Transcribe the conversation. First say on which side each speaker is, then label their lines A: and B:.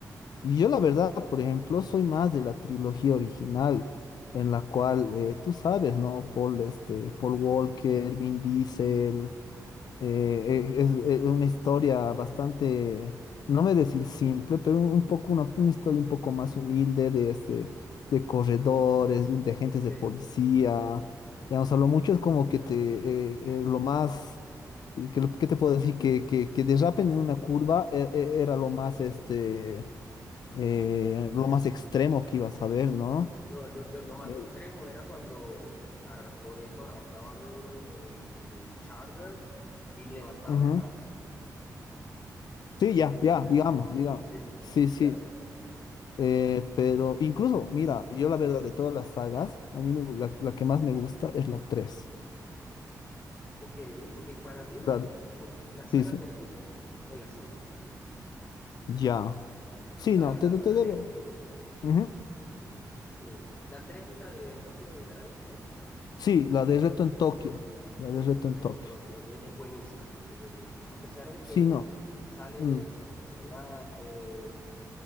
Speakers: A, on the left (about 85°); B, on the left (about 20°).
A: y yo la verdad, por ejemplo, soy más de la trilogía original, en la cual, eh, tú sabes, ¿no? Paul, este, Paul Walker, Vin Diesel, Eh, eh, es, eh, una historia bastante, no me decir simple, pero un poco una, una historia un poco más humilde de este, de corredores, de, de agentes
B: sí,
A: de policía. Digamos, a lo mucho es como que te eh, eh, lo más y que, lo- ¿qué te puedo decir? Que, que, que derrapen en una curva e- e- era lo más este eh, lo más extremo que ibas a ver, ¿no?
B: No, yo, yo lo más
A: Eh,
B: extremo era cuando Ar- Toretto arrancaba duro el, el Charger y levantaba
A: ujú.
B: el carro.
A: Sí, ya,
B: El carro
A: ya,
B: se levantó.
A: digamos, digamos.
B: Listo,
A: Sí, sí.
B: ya.
A: Eh, pero incluso, mira, yo la verdad de todas las sagas, a mí me gu- la, la que más me gusta es la tres
B: Ok, ok, para mí,
A: La-
B: yo, la saga
A: sí, sí,
B: termina en la cinco
A: ya. Sí,
B: ¿Sabes?
A: no, te,
B: La
A: te
B: de Brasil.
A: doy la- Ujú.
B: Sí. La 3 es la de Tokyo Drive, ¿no?
A: Sí, la de Reto en Tokio.
B: Uh,
A: La de Reto
B: Reto
A: en Tokio.
B: Tokio. e- Es, buenísimo, es buenísimo. A pesar de que
A: Sí, no.
B: sale
A: mm,
B: de, de los personajes